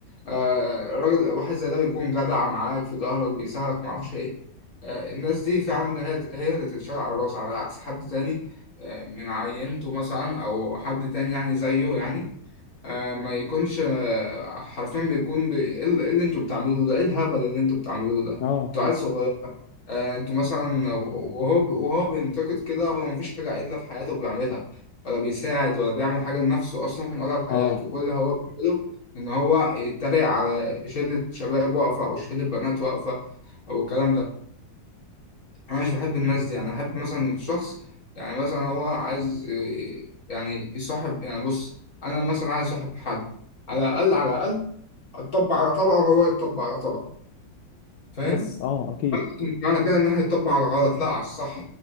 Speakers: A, on the left; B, on the left.
A: آه راجل واحد زي ده بيكون جدع معاك في ظهرك بيساعدك معرفش ايه آه الناس دي فعلا هي هي اللي تتشال على الراس على عكس حد تاني آه من عينته مثلا او حد تاني يعني زيه يعني آه، ما يكونش آه، حرفيا بيكون بي... ايه ال- إيه اللي انتوا بتعملوه ده ايه الهبل اللي انتوا بتعملوه ده
B: اه اه
A: انتوا عيال صغير آه، انتوا مثلا وهو وهو بينتقد كده هو مفيش حاجة عدلة في حياته بيعملها ولا بيساعد ولا بيعمل حاجة لنفسه أصلا ولا لحياته
B: آه.
A: كل اللي هو بيعمله إن هو يتريق على شلة شباب واقفة أو شلة بنات واقفة أو الكلام ده انا مش بحب الناس دي يعني احب مثلا الشخص يعني مثلا هو عايز إيه، يعني يصاحب يعني بص انا مثلا عايز اصاحب حد على الاقل على الاقل اطبق على طبقه وهو يطبق على طبقه فاهم
B: بس اه اكيد
A: مش معنى كده ان احنا نطبق على غلط لا على الصح